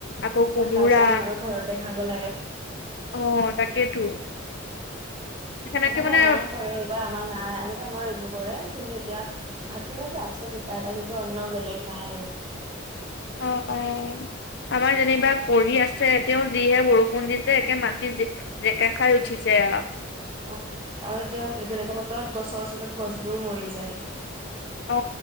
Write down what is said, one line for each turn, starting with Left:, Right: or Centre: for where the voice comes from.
Left: আকৌ
Right: বিয়া
Left: কোমোৰা
Right: খাৰ চাৰ নোহোৱাকৈ ঘৰতে খাব লাগে।
Left: অ তাকেইতো। সেনেকে
Right: আগতে
Left: মানে
Right: আমাৰো কৰে এইবাৰ আমাৰ নাই আগতে আমাৰো এইবোৰ কৰে কিন্তু এতিয়া ভাতকেৰেলাটো আছে দুটা এটা কিন্তু অন্য বেলেগ নাই আৰু।
Left: অ পাই। আমাৰ যেনিবা কৰি আছে তেওঁ যিহে বৰষুণ দিছে একে মাটি য যেকা খাই উঠিছে আ।
Right: অ তেনেকুৱা বতৰত গছৰ ওচলক গছ বোৰ মৰি যায়।
Left: অ